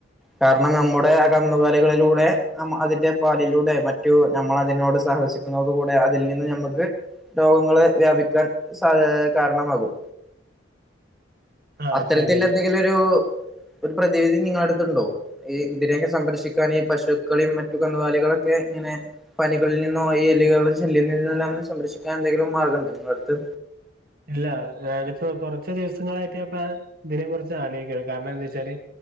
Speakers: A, in the centre; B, on the right (about 55°).
A: കാരണം നമ്മുടെ ആ കന്നുകാലികളിലൂടെ. ആ അതിന്റെ പാലിലൂടെ മറ്റു നമ്മൾ അതിനോട് സഹകരി ക്കുന്നു കൂടെ അതിൽ നിന്ന് നമ്മുക്ക് രോഗങ്ങളെ വ്യാപിക്കാൻ സ കാരണമാകും.
B: ആഹ്
A: അത്തരത്തിൽ
B: ശരിയാണ്
A: എന്തെങ്കിലൊരു പ്രതിവിധി നിങ്ങള ഈ ഇതിനെക്കെ സംരക്ഷിക്കാന് ഈ പശുക്കളിം മറ്റു കന്നുകാലികളൊക്കെ ഇങ്ങനെ പനികളിൽ നിന്നോ ഈ എല്ലികള്ടെ ശല്യ നിന്നെല്ലാം സംരക്ഷിക്കാൻ എന്തെങ്കിലും മാർഗണ്ടൊ നിങ്ങളെ അടുത്ത്
B: ഇല്ല ഞാനിപ്പം കൊറച്ച് ദിവസങ്ങളായിട്ട് ഞാ <unintelligible> അപ്പ ഇതിനെ കുറിച്ച് ആലോയ്ക്കാണ് കാരണം എന്താ വെച്ചാല്